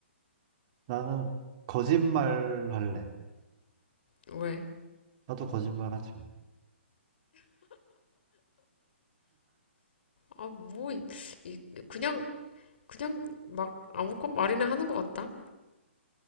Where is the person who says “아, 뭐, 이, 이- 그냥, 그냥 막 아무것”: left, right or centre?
Left